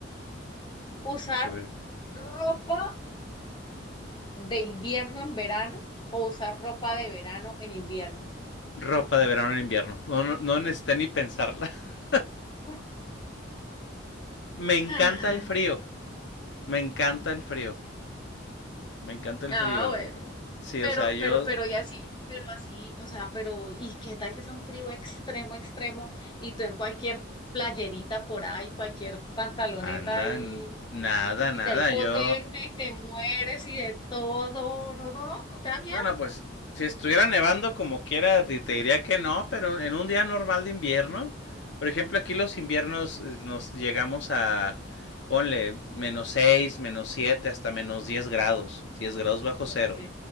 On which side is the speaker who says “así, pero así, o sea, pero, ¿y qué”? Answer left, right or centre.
Left